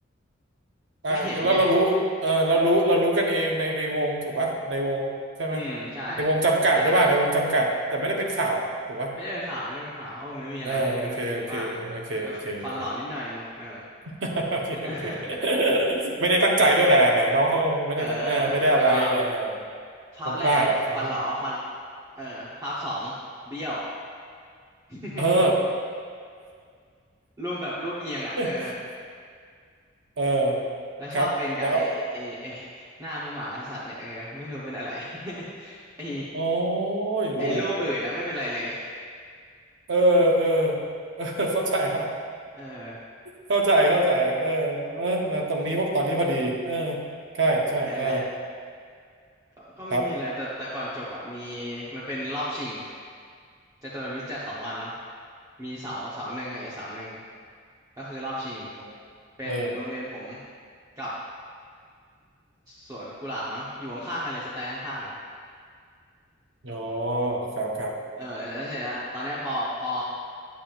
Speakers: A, on the right; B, on the right.
A: อ่าแล้วเรารู้เออเรารู้เรารู้กันเองในในวงถูกปะในวงใช่ไหม
B: ก็เห็นไง <laughs> อืมใช่
A: ในวงจำกัดหรือเปล่าในวงจำกัดแต่ไม่ได้เป็นข่าวถูกปะ
B: แต่แต่ไม่ได้เป็นข่าวไม่ได้เป็นข่าวเพราะว่าไม่มีอะไรไม่ไม่ไมมีอะไรมากเออฟันหล่อนิดหน่อยเองเออ
A: เออโอเคโอเคโอเคโอเคโอเค <laughs> โอเคโอเค
B: <laughs>
A: <laughs> ไม่ได้ตั้งใจด้วยแหละแหมน้องเขาคงไม่ได้ตั้งเออไม่ได้อะไรเออ
B: เออแล้วก็ภาพแรกฟันหล่อฟัน
A: คงพลาดอะคงพลาด
B: เออภาพสองเบี้ยว <laughs>
A: เออ
B: รูปแบบรูปเอียงอ่ะเออ
A: <laughs> เออ
B: แล้วชอบเป็นกับไอ้ไอ้ไอ้ไอ้
A: ครับแล้ว
B: หน้าพระมหากษัตริย์เนี่ยเออไม่รู้เป็นอะไร <laughs> ไอ้
A: โอ้ยโห
B: ไอ้รูปอื่นนะไม่เป็นไรเลย
A: เออเออเออ <laughs> เข้าใจละ
B: เออ
A: เข้าใจเข้าใจเออเออมาตรงนี้พวกตอนนี้พอดีเออใช่ใช่เออ
B: เออนั่นแหละก็ก็ไม่มีอะไรแต่แต่ก่อนจบอ่ะมี
A: ครับ
B: มันเป็นรอบชิงจตุรมิตรจัดสองวันเนาะมีเสาเสาหนึ่งกับอีกเสาหนึ่งก็คือรอบชิง
A: โอ้
B: เป็นโรงเรียนผม
A: เออ
B: กับสวนกุหลาบมั้งอยู่ข้างๆกันเลยสแตนข้างๆกัน
A: อ๋อครับครับ
B: เออแล้วเสร็จแล้วตอนเนี้ยพอพอ